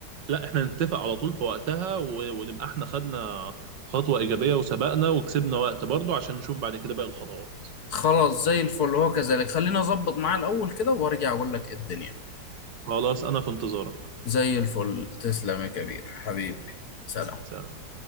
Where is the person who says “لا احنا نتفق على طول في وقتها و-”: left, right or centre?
Right